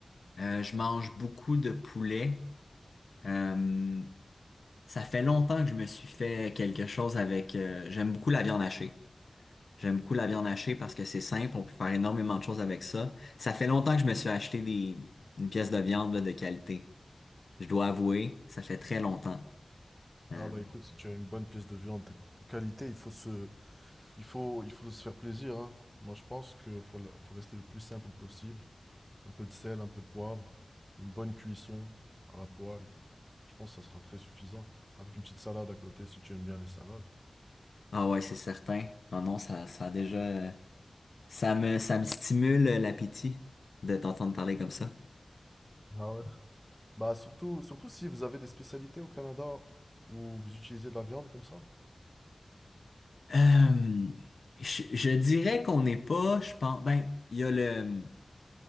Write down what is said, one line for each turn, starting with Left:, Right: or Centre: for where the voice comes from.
Left: Euh, je mange beaucoup de poulet. Euh, ça fait longtemps que je me suis fait quelque chose avec... euh, j'aime beaucoup la viande hachée. J'aime beaucoup la viande hachée parce que c'est simple, on peut faire énormément de choses avec ça. Ça fait longtemps que je me suis acheté des, une pièce de viande là, de qualité. Je dois avouer, ça fait très longtemps. Euh,
Centre: Ah bah écoute, si tu as une bonne pièce de viande de de qualité, il faut se, Il faut, il faut se faire plaisir, hein. Moi, je pense qu'il faut, la- faut rester le plus simple possible. Un peu de sel, un peu de poivre, une bonne cuisson à la poêle. Je pense que ça sera très suffisant. Avec une petite salade à côté, si tu aimes bien les salades.
Left: ah ouais, c'est certain. Ah non, ça, ça a déjà... Ça me, ça me stimule l'appétit de t'entendre parler comme ça.
Centre: Ah ouais. Bah, surtout, surtout si vous avez des spécialités au Canada où vous utilisez de la viande comme ça.
Left: Euh, je, je dirais qu'on n'est pas, je pense, ben, il y a le,